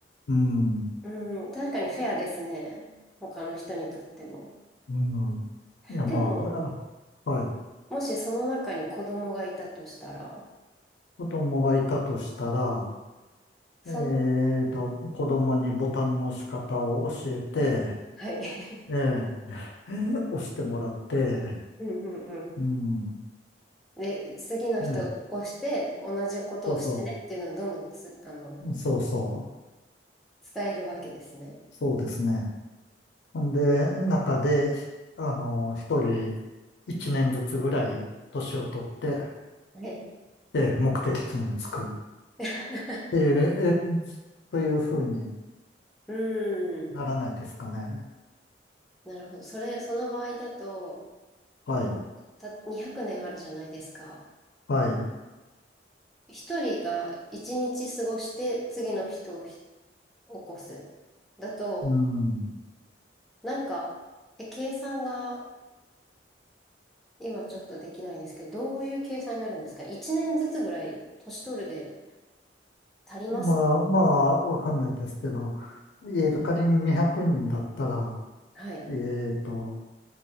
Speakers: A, on the left; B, in the centre.
A: うん、
B: うん、確かにフェアですね。他の人にとっても。
A: うん。いや、
B: でも、
A: まあ、はい。
B: もしその中に子供がいたとしたら、
A: 子供がいたとしたら、
B: その、
A: えっと、子供にボタンの押し方を教えて、
B: はい。<laughs>
A: ええ押してもらって、
B: うんうんうん。
A: うん。
B: で、次の人を起こして、
A: ええ
B: 同じことをしてねっていうのをどんどんつ、
A: そうそう。
B: あの、
A: そうそう、
B: 伝えるわけですね。
A: そうですね。で、中で、あの、一人一年ずつぐらい年を取って、
B: はい。
A: で、目的地に着くっ
B: <laughs>
A: ていう、え、というふうに
B: うん。
A: ならないですかね。
B: なるほど。それ、その場合だと、
A: はい、
B: た、200年あるじゃないですか。
A: はい。
B: 一人が一日過ごして次の人をひ起こす。だと、
A: うん。
B: なんか、え、計算が今ちょっとできないですけど、どういう計算になるんですか ?1 年ずつぐらい年取るで足りますか
A: まあ、まあ、わかんないですけど、えっと、仮に200人だったら、
B: はい。
A: えっと、